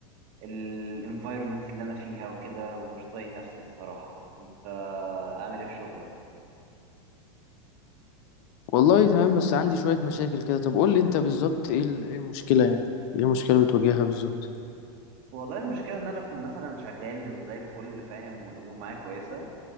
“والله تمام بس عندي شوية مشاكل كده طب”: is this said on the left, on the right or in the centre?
Left